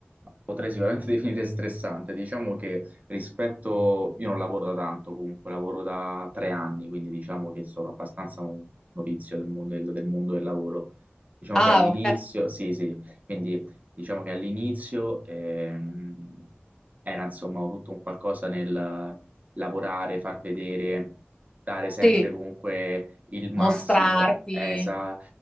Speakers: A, on the right; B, on the left.
A: Potrei sicuramente <laughs> definire stressante. Diciamo che rispetto, io non lavoro da tanto comunque, lavoro da tre anni, quindi diciamo che sono abbastanza un novizio del mondo del, del mondo del lavoro. Diciamo
B: Ah,
A: che all'inizio,
B: ok,
A: sì, sì, quindi diciamo che all'inizio ehm, era insomma tutto un qualcosa nel lavorare, far vedere, dare sempre
B: sì,
A: comunque il massimo.
B: mostrarti.
A: Esa,